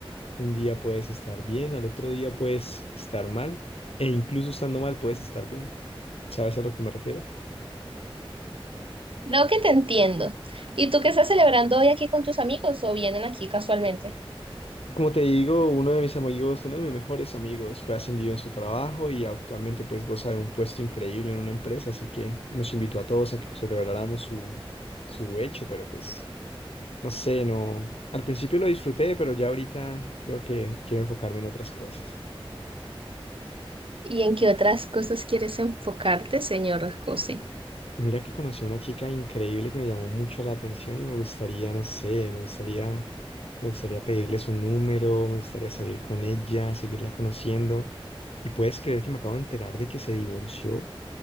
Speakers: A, on the left; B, on the right.
A: Un día puedes estar bien, al otro día puedes estar mal, e incluso estando mal puedes estar bien. ¿Sabes a lo que me refiero?
B: Creo que te entiendo. ¿Y tú qué estás celebrando hoy aquí con tus amigos o vienen aquí casualmente?
A: Como te digo, uno de mis amigos, uno de mis mejores amigos, fue ascendido en su trabajo y actualmente pues goza de un puesto increíble en una empresa, así que nos invitó a todos a que celebráramos su, su hecho, pero pues no sé, no, al principio lo disfruté, pero ya ahorita creo que quiero enfocarme en otras cosas.
B: ¿Y en qué otras cosas quieres enfocarte, señor José?
A: Mira que conocí a una chica increíble que me llamó mucho la atención y me gustaría, no sé, me gustaría, me gustaría pedirle su número, me gustaría salir con ella, seguirla conociendo. Y puedes creer que me acabo de enterar de que se divorció. O